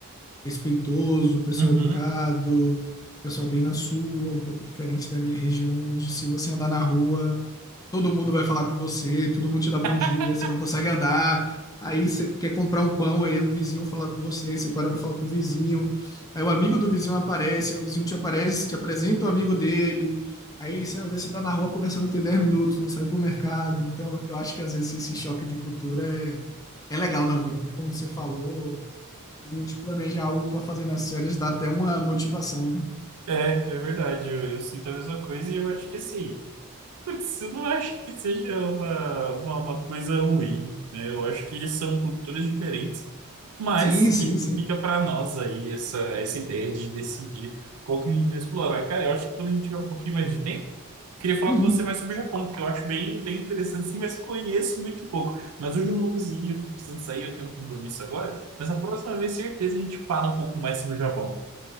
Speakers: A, on the left (about 15°); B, on the right (about 80°).
A: respeitoso, pessoal
B: Uhum.
A: educado, pessoal bem na sua, um pouco diferente da minha região, onde se você andar na rua, todo mundo vai falar com você, todo mundo te dá bom
B: <laughs>
A: dia, você não consegue andar, aí você quer comprar um pão, aí o vizinho fala com você, aí você para para falar com o vizinho, aí o amigo do vizinho aparece, aí o vizinho te aparece, te apresenta o amigo dele. Aí você vai ver, você tá na rua conversando tem 10 minutos, não saiu pro mercado. Então, eu acho que às vezes esse choque de cultura é, é legal na vida, né? Como você falou, às vezes a gente planejar algo para fazer nas férias dá até uma motivação, né?
B: É, é verdade, eu, eu sinto a mesma coisa e eu acho que assim, putz, eu não acho que seja uma, uma, uma coisa ruim, né? Eu acho que são culturas diferentes, mas
A: Sim, sim,
B: que
A: sim.
B: fica para nós aí essa, essa ideia de decidir qual que a gente vai explorar. Cara, eu acho que quando a gente tiver um pouquinho mais de tempo, queria falar
A: Uhum.
B: com você mais sobre o Japão, porque eu acho bem, bem interessante sim, mas conheço muito pouco. Mas hoje eu não vou conseguir, eu tô precisando sair, eu tenho um compromisso agora, mas a próxima vez, certeza, a gente fala um pouco mais sobre o Japão.